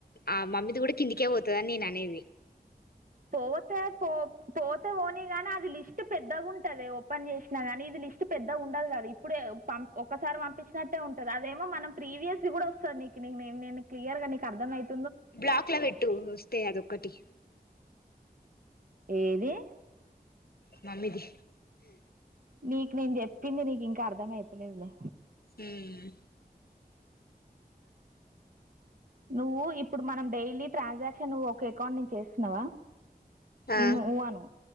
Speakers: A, on the left; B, on the right.
A: ఆ మమ్మీది కూడ కిందకే పోతుంది గానీ ననేవి
B: పోతే పో పోతే పోనీ గాని అది లిస్ట్ పెద్దగా ఉంటదె ఓపెన్ చేసినా గానీ ఇది లిస్ట్ స్టు పెద్దగ ఉండదు గాది ఇప్పుడే పం ఒకసారి పంపించినట్టే ఉంటది అదేమో మనం ప్రీవియస్ి కూడ వస్తుంది నీకు నే క్లియర్ గాీ నీకె అర్థమ అయింది
A: బ్లాక్ లో పెట్టు వస్తే అది ఒక్కటి
B: ఏది
A: మమ్మీది
B: నీకు నేను చెప్పింది నీకు ఇంకా అర్ధం అయితలేద్లె
A: ఉమ్
B: నువ్వు ఇప్పుడు మనం డైలీ ట్రాన్సక్షన్ నువ్వు ఒకె అకౌంట్ నుంచి చేస్తున్నవా
A: ఆ
B: ఇ నువ్ ఊ అను